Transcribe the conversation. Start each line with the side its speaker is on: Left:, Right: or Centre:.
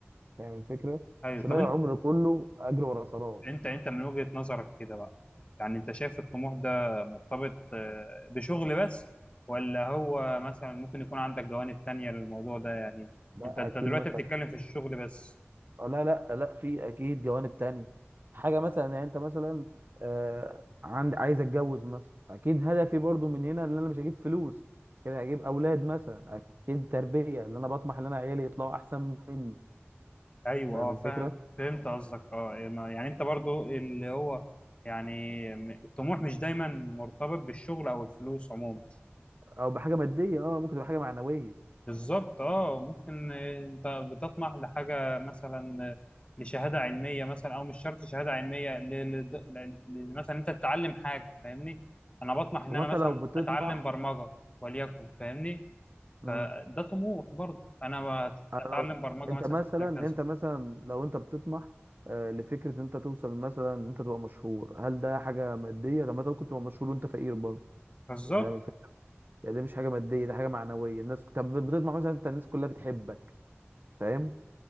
Right: فاهم الفكره
Left: ايوه
Right: مش
Left: طب
Right: هضيع
Left: انت
Right: عمري كله اجري ورا سراب
Left: انت انت من وجهة نظرك كده بقى يعني انت شايف الطموح ده مرتبط آه، بشغل بس ولا هو مثلا ممكن يكون عندك جوانب تانية للموضوع ده يعني
Right: لا
Left: انت انت
Right: اكيد
Left: دلوقتي
Right: مثلا
Left: بتتكلم في الشغل بس
Right: آه، لا لا لا في اكيد جوانب تانية حاجه مثلا يعني انت مثلا آه عند عايز اتجوز مثلا اكيد هدفي برضو من هنا ان انا مش هجيب فلوس كده هجيب اولاد مثلا اكيد تربيه اللي انا بطمح ان انا عيالي يطلعوا احسن مني
Left: ايوه
Right: فاهم
Left: اه
Right: الفكره
Left: فاهم فهمت قصدك اه ما- يعني انت برضو اللي هو يعني م- الطموح مش دايما مرتبط بالشغل او الفلوس عموما
Right: او بحاجه ماديه اه ممكن تبقى حاجه معنويه
Left: بالظبط اه ممكن آه، انت بتطمح لحاجه مثلا آه، لشهاده علميه مثلا او مش شرط شهاده علميه ل... ل... ل... ل- مثلا انت تتعلم حاجه فاهمني انا بطمح ان
Right: هو
Left: انا
Right: انت
Left: مثلا
Right: لو بتطمح
Left: اتعلم برمجه وليكن فاهمني
Right: مم،
Left: فده طموح برضه انا بت-
Right: انا
Left: اتعلم
Right: لو
Left: برمجه
Right: انت
Left: مثلا
Right: مثلا
Left: في مجال كذا
Right: انت مثلا لو انت بتطمح آه، لفكره ان انت توصل مثلا ان انت تبقى مشهور هل ده حاجه ماديه طب ما انت ممكن تبقى مشهور وانت فقير برضه
Left: بالظبط
Right: فاهم يعني دي مش حاجه ماديه دي حاجه معنويه الناس طب بتطمح مثلا انت الناس كلها بتحبك فاهم